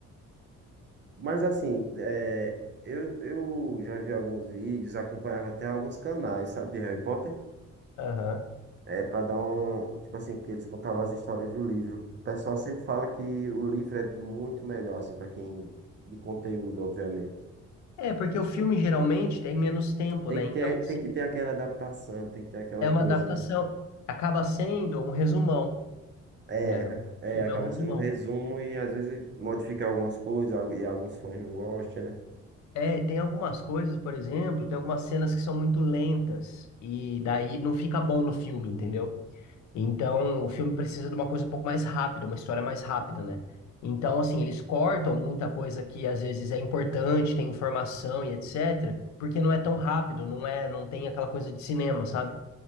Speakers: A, on the right (about 35°); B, on the left (about 65°).
A: mas assim, é, eu, eu já vi alguns vídeos, acompanhava até alguns canais, sabe, de Harry Potter.
B: Aham.
A: É para dar um. Tipo assim, que eles contavam as histórias do livro. O pessoal sempre fala que o livro é muito melhor, assim, para quem. De conteúdo, obviamente.
B: É, porque o filme geralmente tem menos tempo,
A: Tem
B: né?
A: que
B: Então,
A: ter, tem que ter aquela adaptação, tem que ter aquela
B: É
A: coisa,
B: uma adaptação.
A: né?
B: Acaba sendo um resumão,
A: É,
B: né? O
A: é,
B: filme
A: acaba
B: é um resumão.
A: sendo um resumo e às vezes modificar algumas coisas algu- e alguns fãs não gostam, né?
B: É, tem algumas coisas, por exemplo, tem algumas cenas que são muito lentas e daí não fica bom no filme, entendeu? Então, o filme precisa de uma coisa um pouco mais rápida, uma história mais rápida, né? Então, assim, eles cortam muita coisa que às vezes é importante, tem informação e etc, porque não é tão rápido, não é, não tem aquela coisa de cinema, sabe?